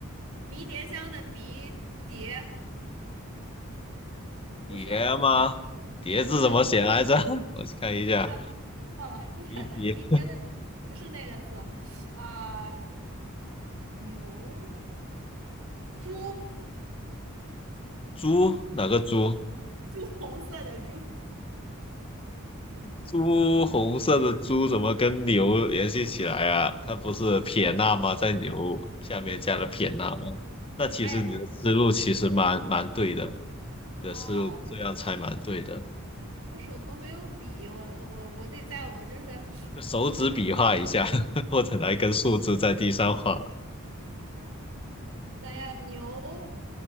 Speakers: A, on the right; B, on the left.
A: 迷迭香的迷迭不是，
B: 爷吗？蝶字怎么写来着？
A: 不是，
B: <laughs> 我看一下，
A: 那错了，<laughs> 那迷迭的
B: 鱼蝶，
A: 不是那个字啊、牛猪
B: 猪哪个猪？
A: <laughs> 猪红色的猪。
B: 猪红色的猪怎么跟牛联系起来啊？它不是撇捺吗？在牛下面加了撇捺吗？那其实你的思路其实蛮蛮对的，
A: 哎呀，你骗我
B: 你的思路这样猜蛮对的。
A: 哦。我手头没有笔，我我我得在我就是我看，
B: 就手指比划一下，<laughs> 或者拿一根树枝在地上画。
A: 等一下，牛